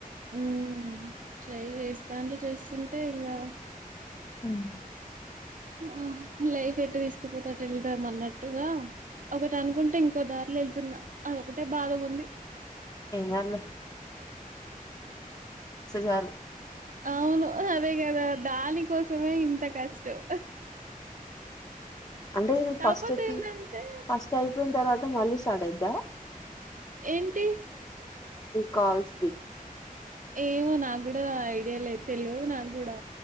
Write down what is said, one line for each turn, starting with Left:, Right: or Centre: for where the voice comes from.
Right: మ్మ్ చెయ్ వేస్తాం చేస్తుంటే ఇంకా
Left: <unintelligible>
Right: ఆ లైఫ్ ఎట్టు తీసుకుపోతే <unintelligible> <unintelligible> ఒకటి అనుకు ఇంకో దారిలో వెళ్తున్నా అదొకటే బాధగా ఉంది
Left: ఏనాళ చాలు
Right: అవును అదే కదా దాని కోసమే ఇంత కష్టం
Left: అంటే ఇది
Right: కాకపోతే
Left: ఫస్ట్కి
Right: ఏంటంటే
Left: ఫస్ట్ అయిపోయిన తర్వాత మళ్ళీ <unintelligible>
Right: ఏంటి
Left: కాల్స్ ది
Right: ఏమో నా కూడా ఐడియా లే తెలియదు నాకు కూడా